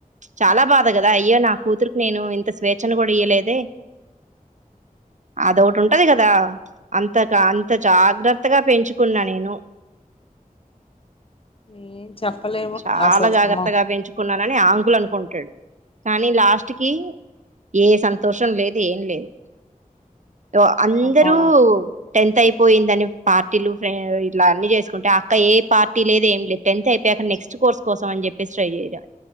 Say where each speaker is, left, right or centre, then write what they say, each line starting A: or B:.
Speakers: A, on the right; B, on the left.
A: చాలా బాధ కదా అయ్యో నా కూతురుకి నేను ఇంత స్వేచ్ఛను కూడా ఇయలేదే అద ఒకటి ఉంటది కదా అంత క అంత జాగ్రత్తగా పెంచుకున్నా నేను
B: ఏం చెప్పలేము
A: చాలా
B: అసలు
A: జాగ్రత్తగా
B: అమ్మో
A: పెంచుకున్నానని ఆ ఆంకుల అ ంటాడు కానీ లాస్ట్ కి ఏ సంతోషం లేదు ఏం లేదు అ అందరూ
B: అమ్మో
A: టెన్త్ అయిపోయిందని పార్టీలు ఇలా అన్ని చేసుకుంటే అక్క ఏ పార్టీ లేదు ఏం లేదు టెన్త్ అయిపోయాక నెక్స్ట్ కోర్స్ కోసం అని చెప్పేసి ట్రై చే